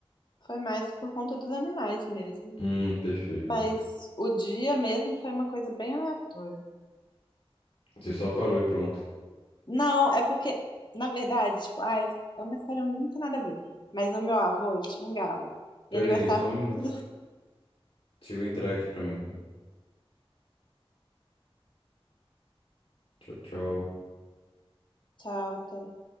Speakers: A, on the left (about 50°); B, on the left (about 75°).
A: foi mais por conta dos animais mesmo.
B: Hum, perfeito.
A: Mas o dia mesmo foi uma coisa bem aleatória.
B: Você só parou e pronto.
A: Não, é porque, na verdade, tipo, ah, é uma história muito nada a ver. Mas o meu avô, ele tinha um galo.
B: Pera
A: E ele gostava
B: aí, só um minuto.
A: muito do...
B: Chegou a entrar aqui pra mim. Tchau, tchau.
A: Tchau, até.